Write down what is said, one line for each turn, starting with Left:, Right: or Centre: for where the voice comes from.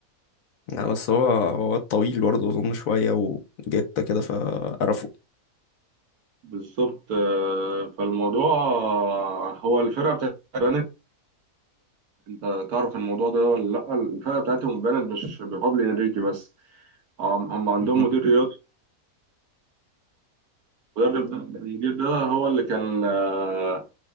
Left: يعني بس هو هو واد طويل برضه أظن شوية وجته كده فقرفه
Right: بالظبط آه، فالموضوع آه، هو الفرقة بتاعت بنت أنت تعرف الموضوع ده ولا لأ الفرقة بتاعتهم بنت مش بفضل إنريكي بس هم هم عندهم
Left: مم.
Right: مدير رياضي المدرب ده المدير ده هو اللي كان آه،